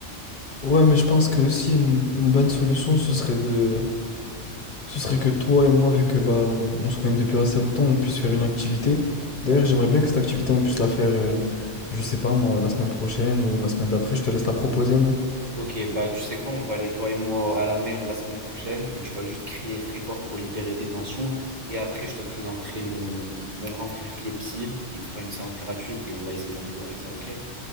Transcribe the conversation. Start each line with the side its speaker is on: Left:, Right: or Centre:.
Left: Ouais, mais je pense que aussi une, une bonne solution, ce serait de, Ce serait que toi et moi, vu que bah on, on se connaît depuis assez longtemps, on puisse faire une activité. D'ailleurs, j'aimerais bien que cette activité, on puisse la faire, euh, je sais pas moi, la semaine prochaine ou la semaine d'après. Je te laisse la proposer, non?
Right: Ok, bah tu sais quoi, on va aller toi et moi à la mer la semaine prochaine et tu vas juste crier très fort pour libérer tes tensions. Et après, je te présenterai mon, mon grand frère qui est psy. Il te fera une séance gratuite et on va essayer d'améliorer ça, ok?